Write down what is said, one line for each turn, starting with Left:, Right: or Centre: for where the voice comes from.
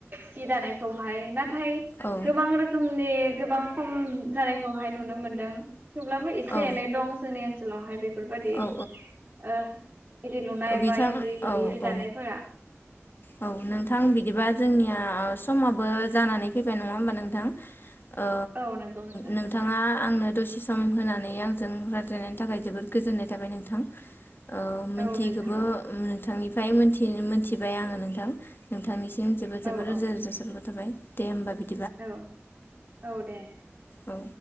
Right: सि दानायखौहाय नाथाय
Left: औ
Right: गोबां रोखोम नि गोबां खम जानायखौहाय नुनो मोनदों थेवब्लाबो एसे
Left: औ
Right: एनै दं जोंनि ओनसोलावहाय बेफोरबादि ओ
Left: औ
Right: इन्दि लुनाय
Left: औ बिथां
Right: बा इन्दि
Left: औ
Right: हि
Left: औ
Right: दानायफोरा
Left: औ नोंथां बिदिबा जोंनिया आ समाबो जानानै फैबाय नङा होमबा नोंथां, ओ
Right: औ नंगौ नोंथां
Left: नोंथाङा आंनो दसे सम होनानै आंजों राय रायज्लायनायनि थाखाय जोबोद गोजोननाय थाबाय नोंथां ओ,
Right: औ
Left: मिथिखोबो
Right: नोंथां
Left: ओ नोंथांनिफ्राय मोनथिनो मोनथिबाय आङो नोंथां नोंथां निसि जोबोद जबोद
Right: औ
Left: रोजा
Right: औ
Left: रोजा साबायखर थाबाय दे होमबा बिद
Right: औ औ दे
Left: औ